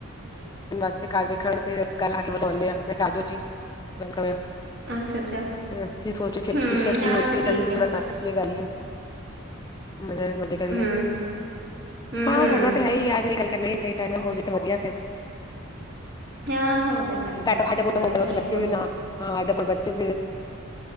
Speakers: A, on the right; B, on the left.
A: ਹਾਂ।
B: ਮਸਤੇ ਕਰ ਵੇਖਣ, ਫੇਿਰ ਗੱਲ ਆ ਕੇ ਵਧਾਨਉਂਦੇ ਆਂ, ਮੈਂ ਕਿਹਾ ਆਜੋ ਜੀ। ਵੈਲਕਮ ਆ,
A: ਅੱਛਾ-ਅੱਛਾ,
B: ਫਿਰ ਅਸੀਂ ਸੋਚ ਰਹੇ ਛੇਤੀ
A: ਹੂੰ
B: - ਛੇਤੀ
A: ਹਾਂ
B: ਹੋਈਏ, ਤੇ
A: ਠੀਕ
B: ਅਸੀਂ ਵੀ
A: ਹੈ,
B: ਥੋੜਾ ਨਚ ਲਈਏ ਗਈਏ ਹਾਂ। ਮਜਾ ਮਜ਼ੇ ਕਰੀਏ
A: ਹੂੰ, ਹੂੰ-ਹੂੰ।
B: ਹਾਂ, ਕਰਨਾ ਤਾਂ ਹੈ ਹੀ, ਆ ਅੱਜ ਨਹੀ ਕਲ। ਨਹੀਂ ਤੇ ਸਹੀ ਟਾਈਮ ਹੋਜੇ ਫਿਰ, ਤਾਂ ਵਧੀਆ ਫਿਰ
A: ਕਿਆ ਹੋਜੇ। ਤਾਂਹੀ
B: ਫਿਰ
A: ਦੇ ਚੰਦਾ
B: ਅੱਡ ਪੁੱਡ ਹੋ ਕਰੋ
A: ਫਿਰ
B: ਤੇ ਬੱਚੇ
A: ਹੋਜ
B: ਵੀ ਨਾ ਹਾਂ ਅੱਡ ਪੁੱਡ ਬੱਚੇ